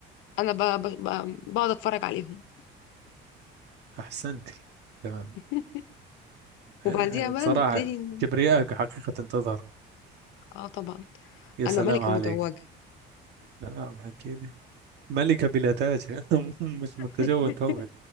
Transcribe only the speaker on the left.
أنا ب... ب... ب... بقعد أتفرج عليهم
<laughs> وبعديها
بقى
نبتدي ن-
آه طبعا
أنا
ملكة
متوجة
<laughs>